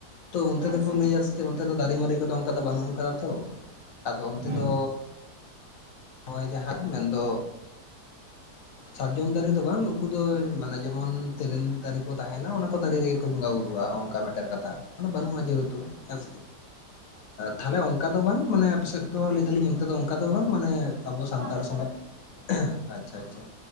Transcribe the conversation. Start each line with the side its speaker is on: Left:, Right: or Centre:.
Left: ᱛᱚ ᱚᱱᱛᱮ
Right: ᱟᱪᱪᱷᱟ
Left: ᱫᱚᱠᱚ ᱞᱟᱹᱭᱟ ᱥᱮᱪᱮᱫ ᱚᱱᱛᱮ ᱫᱚ ᱫᱟᱨᱮᱢᱟᱨᱤ ᱠᱚᱫᱚ ᱚᱱᱠᱟ ᱫᱚ ᱵᱟᱹᱱᱩᱜ ᱠᱟᱫᱟ ᱛᱚ ᱟᱫᱚ ᱚᱱᱛᱮ
Right: ᱦᱮᱸ
Left: ᱫᱚ ᱱᱚᱜᱼᱚᱭ ᱡᱟᱦᱟᱸ ᱢᱮᱱᱫᱚ ᱥᱟᱨᱡᱚᱢ ᱫᱟᱨᱤ ᱫᱚ ᱵᱟᱝ ᱩᱱᱠᱚ ᱫᱚ ᱢᱟᱱᱮ ᱡᱮᱢᱚᱱ ᱛᱤᱨᱤᱞ ᱫᱟᱨᱤ ᱠᱩ ᱛᱟᱦᱮᱱᱟ ᱚᱱᱟ ᱠᱩ ᱫᱟᱨᱤ ᱠᱩ ᱵᱚᱝᱜᱟ ᱵᱩᱨᱩ ᱟ ᱚᱱᱠᱟ ᱢᱤᱫᱴᱮᱱ ᱠᱟᱛᱷᱟ ᱵᱟᱹᱱᱩᱜᱼᱟ ᱡᱮ ᱦᱮᱛᱩ ᱦᱮᱥᱮ ᱛᱟᱦᱚᱞᱮ ᱚᱱᱠᱟ ᱫᱚ ᱵᱟᱝ ᱢᱟᱱᱮ ᱟᱯᱮᱥᱮᱫ ᱫᱚ ᱞᱟᱹᱭ ᱫᱟᱞᱤᱧ ᱛᱚ ᱚᱱᱠᱟ ᱫᱚ ᱵᱟᱝ ᱢᱟᱱᱮ ᱟᱵᱚ ᱥᱟᱱᱛᱟᱲ
Right: ᱵᱟᱝ ᱚᱱᱠᱟ
Left: ᱥᱚᱢᱟᱡᱽ
Right: ᱫᱚ ᱵᱟᱝ
Left: ᱟᱪᱷᱟ ᱟᱪᱷᱟ